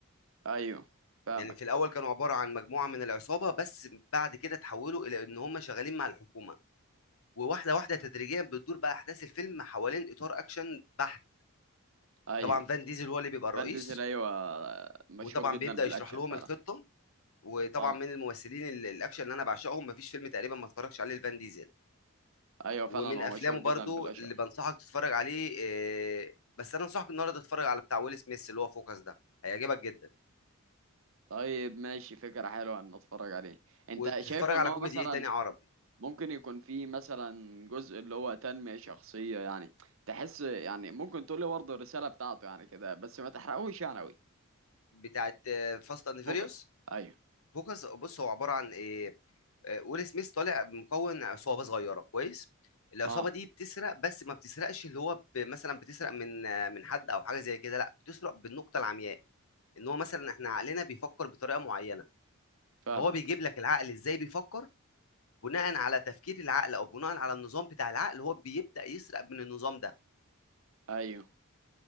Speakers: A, on the right; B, on the left.
A: ايوه فاهمك
B: يعني في الاول كانوا عباره عن مجموعه من العصابه بس بعد كده تحولوا الى ان هم شغالين مع الحكومه وواحده واحده تدريجيا بتدور بقى احداث الفيلم حوالين اطار اكشن بحت
A: ايوه
B: طبعا فان ديزل هو اللي بيبقى الرئيس
A: فان ديزل ايوه مشهور
B: وطبعا
A: جدا
B: بيبدا
A: بالاكشن
B: يشرح لهم
A: فعلا
B: الخطه وطبعا
A: اه
B: من الممثلين ال- الاكشن اللي انا بعشقهم مفيش فيلم تقريبا ما اتفرجش عليه لفان ديزل
A: ايوه فعلا
B: ومن
A: هو
B: افلامه
A: مشهور جدا
B: برضو
A: بالاكشن
B: اللي بنصحك تتفرج عليه آه، بس انا انصحك النهارده تتفرج على بتاع ويل سميث اللي هو فوكس ده هيعجبك جدا
A: طيب ماشي فكرة حلوة ان اتفرج عليه انت
B: وتتفرج
A: شايف ان
B: على
A: هو
B: كوميدي
A: مثلا
B: ايه تاني عربي
A: ممكن يكون فيه مثلا جزء اللي هو تنمية شخصية يعني تحس يعني ممكن تقول لي برضه الرسالة بتاعته يعني كده بس ما تحرقوش يعني قوي
B: بتاعت فاست اند فيريوس
A: فوكس ايوه
B: فوكس بص هو عباره عن ايه آه، ويل سميث طالع مكون عصابه صغيره كويس العصابه
A: اه
B: دي بتسرق بس ما بتسرقش اللي هو ب- مثلا بتسرق من آه، من حد او حاجه زي كده لا بتسرق بالنقطه العمياء ان هو مثلا احنا عقلنا بيفكر بطريقه معينه
A: فاهمك
B: فهو بيجيب لك العقل ازاي بيفكر بناء على تفكير العقل او بناء على النظام بتاع العقل هو بيبدا يسرق من النظام ده
A: ايوه